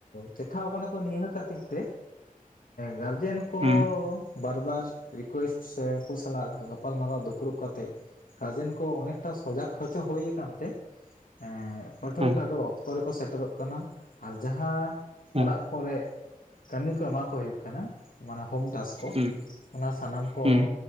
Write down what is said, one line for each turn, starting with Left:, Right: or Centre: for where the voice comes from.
Left: ᱪᱮᱴᱷᱟᱣ ᱠᱟᱱᱟ ᱠᱚ ᱱᱤᱭᱟᱹ ᱠᱷᱟᱹᱛᱤᱨ ᱛᱮ ᱜᱟᱨᱡᱮᱱ ᱠᱚ
Right: ᱦᱩᱸ
Left: ᱵᱟᱨ ᱵᱟᱨ ᱨᱤᱠᱳᱭᱮᱥᱴ ᱥᱮ ᱩᱱᱠᱩ ᱥᱟᱞᱟᱜ ᱜᱟᱯᱟᱞ ᱢᱟᱨᱟᱣ ᱫᱩᱯᱲᱩᱵ ᱠᱟᱛᱮᱜ ᱜᱟᱨᱡᱮᱱ ᱠᱚ ᱚᱱᱮᱠᱴᱟ ᱥᱚᱡᱟᱠ ᱦᱚᱪᱚ ᱦᱩᱭ ᱠᱟᱱᱛᱮ ᱮᱸᱻ ᱯᱟᱹᱴᱷᱩᱣᱟᱹ
Right: ᱦᱩᱸ
Left: ᱠᱚ ᱟᱰᱩ ᱚᱠᱛᱚ ᱨᱮᱠᱚ ᱥᱮᱴᱮᱨᱚᱜ ᱠᱟᱱᱟ ᱟᱨ ᱡᱟᱦᱟ
Right: ᱦᱩᱸ
Left: ᱚᱲᱟᱜ ᱠᱚᱨᱮ ᱠᱟᱢᱤ ᱠᱚ ᱮᱢᱟ ᱠᱚ ᱦᱩᱭᱩᱜ ᱠᱟᱱᱟ ᱢᱟᱱᱮ ᱦᱳᱢ ᱴᱟᱥ ᱠᱚ
Right: ᱦᱩᱸ
Left: ᱚᱱᱟ ᱥᱟᱱᱟᱢ ᱠᱚ
Right: ᱦᱩᱸ